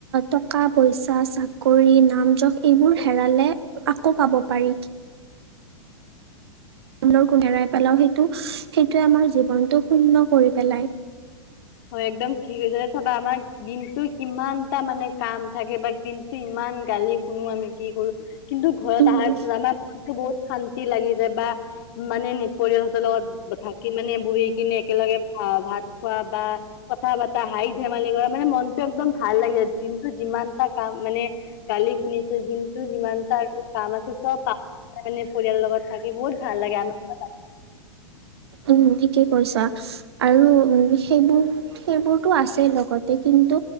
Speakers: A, on the right; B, on the left.
A: টকা পইচা চাকৰি নাম জখ এইবোৰ হেৰালে আকৌ পাব পাৰি হেৰাই পেলাও সেইটো সেইটোৱে আমাৰ জীৱনটো শূন্য কৰি পেলাই
B: হয় একদম ধিৰে চাবা আমাৰ দিনটো কিমানটা মানে কাম থাকে বা দিনটো ইমান গালি শুনো আমি কি কৰোঁ কিন্তু ঘৰত
A: উম
B: অহাৰ পিছত আমাৰ মনটো বহুত শান্তি লাগি যায় বা মানে পৰিয়াল হঁতৰ লগত থাকি মানে বহি কিনে একেলগে অ ভাত খোৱা বা কথা পতা হাঁহি ধেমালি কৰা মানে মনটো একদম ভাল লাগে আৰু দিনটো যিমান এটা কাম মানে কালি শুনিছে দিনটো যিমানটা আৰু কাম আছে চব পা তাৰ মানে পৰিয়ালৰ লগত থাকি বহুত ভাল লাগে আনন্দ
A: উ ঠিকেই কৈছা আৰু উ সেইবোৰ সেইবোৰতো আছে লগতে কিন্তু